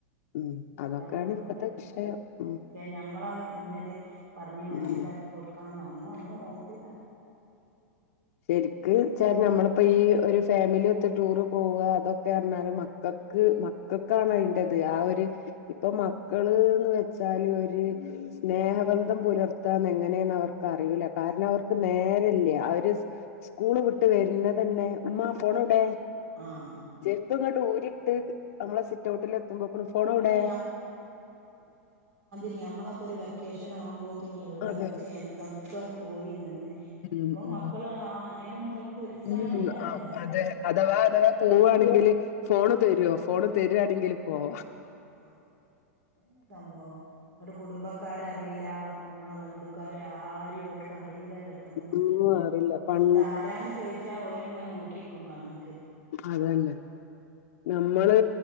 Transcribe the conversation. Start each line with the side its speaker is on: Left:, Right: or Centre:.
Left: ഉം അതൊക്കെയാണ്
Right: അതാണ് ഇപ്പത്തത്
Left: ഇപ്പത്തെ വിഷയം ഉം
Right: ഷെ ഞമ്മളഹ് ഇന്നത് പർഞ് മൻസ്സിലാക്കി
Left: ഉം
Right: കൊ കൊടുക്കാനോ ഒന്നു അമ്മള് നോക്കൂല.
Left: ശെരിക്ക് ച്ചാ നമ്മളിപ്പോ ഈ ഒരു ഫാമിലി ഒത്ത് ടൂറ് പോവ അതൊക്കെ അർണാല് മ ക്കക്ക് മക്കക്കാണ് അയ്ന്റെത് ആ ഒര് ഇപ്പൊ മക്കള്ന്ന് വെച്ചാല് ഒര് സ്നേഹബന്ധം പുലർത്താന്ന് എങ്ങനെന്ന് അവർക്ക് അറിയൂല കാര്ണം അവർക്ക്
Right: ഉം
Left: നേരല്ല്യ അവര് സ്കൂള് വിട്ട് വെര്ന്നെതെന്നെ മ്മാ ഫോണ് എവ്ടെ?
Right: ആഹ്.
Left: ചെര്പ്പ് ങ്ങട്ട് ഊരിട്ട്
Right: ഉം
Left: അമ്മളെ സിറ്റ് ഔട്ടിൽ എത്തുമ്പോക്കണു ഫോണ്
Right: ഏടെ
Left: എവ്ടെ?
Right: രി യമ്മളൊക്കെ ഒരു വെക്കേഷൻ ആകുമ്പോത്തിനി എവിടെക്കെ
Left: അതെ
Right: എന്തൊക്കെ പോയി നിന്ന് ഇപ്പൊ
Left: ഉം ഉം
Right: മക്കള് അയിനൊന്നും ഓൽക്ക് ഉത്സാഹം
Left: ഉം
Right: തന്നെല്ല
Left: ആഹ് അതെ അതവാ അതവാ
Right: അറിയ
Left: പോവാണെങ്കില് ഫോണ് തെരോ ഫോണ് തെരാണെങ്കില് പോവാ.
Right: ആഹ് അഹ് ന്നെ സംഭവം. ന്ന്ട്ട് കുടുംബക്കാര അറിയില അമ്മളെ ബന്ധുക്കാരെ ആരെ ഓൽക്ക് അറിയൂലല്ലോ പ്പത്തെ മക്കളെ
Left: ഒന്നും അറിയില്ല പൺ
Right: ഇത് ആരാന്ന് ചോയ്ച്ചാ ഓല് ഇങ്ങനെ നോക്കിക്കും കണ്ണ്ക്ക്.
Left: അതെന്നെ. നമ്മള്